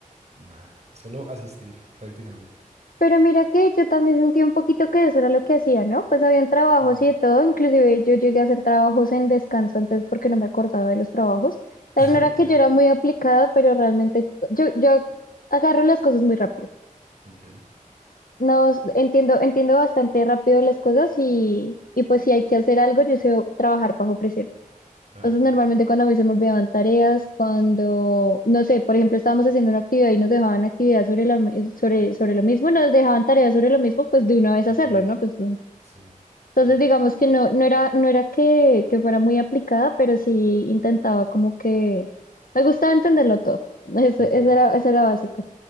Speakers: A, on the right; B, on the left.
A: nada, solo asistir prácticamente.
B: Pero mira que yo también sentí un poquito que eso era lo que hacía, ¿no? Pues habían trabajos
A: Ujú.
B: y de todo, inclusive yo llegué a hacer trabajos en descanso antes porque no me acordaba de los trabajos. Pero
A: <laughs>
B: no era
A: Ok,
B: que yo era muy aplicada, pero realmente yo, yo agarro las cosas muy rápido.
A: ok.
B: No, s- entiendo, entiendo bastante rápido las cosas y, y pues si hay que hacer algo, yo sé trabajar bajo presión.
A: Ah,
B: Entonces,
A: qué
B: normalmente
A: bien.
B: cuando a mí se me olvidaban tareas, cuando, no sé, por ejemplo, estábamos haciendo una actividad y nos dejaban actividad sobre la, mi- sobre, sobre lo mismo, nos dejaban tareas sobre lo mismo, pues de una vez
A: ok,
B: hacerlo, ¿no? Pues, mm.
A: Sí,
B: entonces,
A: eso.
B: digamos que no, no era, no era que, que fuera muy aplicada, pero sí intentaba como que me gustaba entenderlo todo. Eso,
A: Ok,
B: eso era, eso era básico.